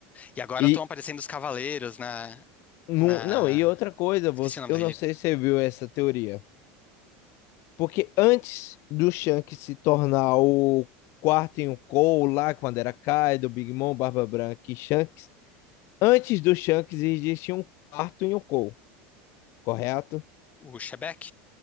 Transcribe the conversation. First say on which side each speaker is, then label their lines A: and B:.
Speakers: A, on the left; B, on the left.
A: E agora
B: E,
A: estão aparecendo os cavaleiros na,
B: Não,
A: na...
B: não, e outra coisa, você,
A: Esqueci o nome
B: eu
A: da
B: não
A: ilha.
B: sei se você viu essa teoria. Porque antes do Shanks se tornar o quarto em um Cole lá, quando era Kaido, Big Mom, Barba Branca e Shanks, antes do Shanks existia um quarto em um Cole, correto?
A: O Shebeck?